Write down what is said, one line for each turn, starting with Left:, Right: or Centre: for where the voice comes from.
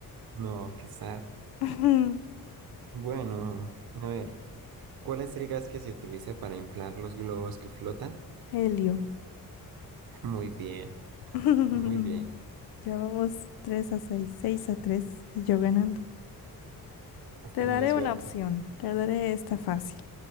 Right: No, qué sad.
Left: <laughs>
Right: Bueno, a ver. ¿Cuál es el gas que se utiliza para inflar los globos que flotan?
Left: Helio.
Right: <laughs> Muy bien.
Left: <laughs>
Right: Muy bien.
Left: Ya vamos 3 a 6, 6 a 3 y yo ganando.
Right: Has
Left: Te
Right: tenido
Left: daré
Right: suerte.
Left: una opción, te daré esta fácil.